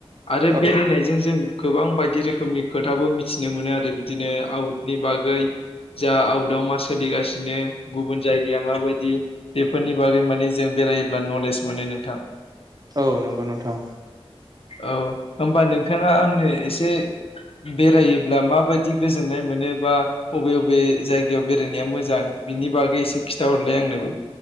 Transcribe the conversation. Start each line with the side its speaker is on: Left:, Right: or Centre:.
Left: आरो
Right: औ
Left: बेरायनायजों जों गोबां बायदि रोखोमनि खोथाबो मिथिनो मोनो आरो बिदिनो आउटनि बागै जा आउटआव मा सोलिगासिनो गुबुन जायगाया माबायदि बेफोरनि बागै माने जों बेरायोब्ला नलेज मोनो नोंथां।
Right: औ नंगौ नोंथां।
Left: औ होमबा नोंथाङा आंनो एसे बेरायोब्ला माबादि गोजोननाय मोनो बा अबे अबे जायगायाव बेरायनाया मोजां बिनि बागै एसे खिथाहरलाय। आंनोबो